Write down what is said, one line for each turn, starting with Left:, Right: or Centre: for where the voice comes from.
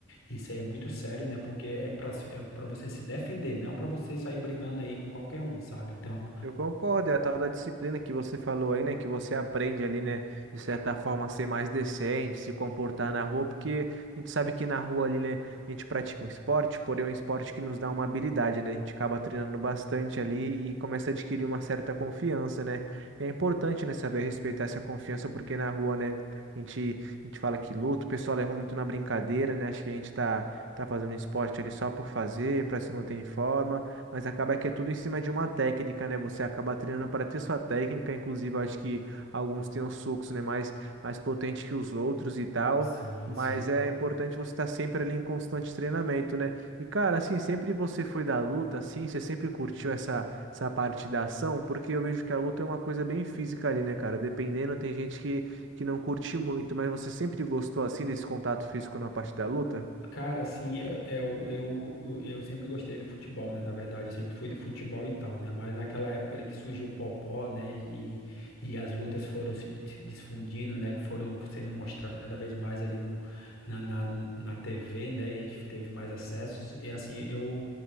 Left: isso aí é muito sério, né, porque é pra, é pra você se defender, não pra você sair brigando aí com qualquer um, sabe, então,
Right: Eu concordo, é a tal da disciplina que você falou aí, né? Que você aprende ali, né? De certa forma, a ser mais decente, se comportar na rua, porque a gente sabe que na rua ali, né? A gente pratica um esporte, porém é um esporte que nos dá uma habilidade, né? A gente acaba treinando bastante ali e começa a adquirir uma certa confiança, né? É importante, né? Saber respeitar essa confiança, porque na rua, né? A gente, a gente fala que luta, o pessoal leva muito na brincadeira, né? Acho que a gente tá, tá fazendo esporte ali só por fazer, pra se manter em forma. Mas acaba que é tudo em cima de uma técnica, né? Você acaba treinando para ter sua técnica, inclusive eu acho que alguns têm os socos, né, mais mais potente que os outros e tal.
Left: sim,
Right: Mas
Left: sim,
Right: é importante você estar sempre ali em constante treinamento, né? E cara, assim, sempre você foi da luta, assim, você sempre curtiu essa essa parte da ação, porque eu vejo que a luta é uma coisa bem física ali, né, cara? Dependendo, tem gente que que não curte muito, mas você sempre gostou assim desse contato físico na parte da luta?
Left: Cara, assim, eu, eu, eu, eu sempre gostei do futebol, né? Na verdade, eu sempre fui do futebol e tal, né? Mas naquela época ali que surgiu o Popó, né? E, e as lutas foram se dis- difundindo, né? que Foram sendo mostradas cada vez mais ali no, na, na, na TV, né? E a gente teve mais acessos. E assim, eu,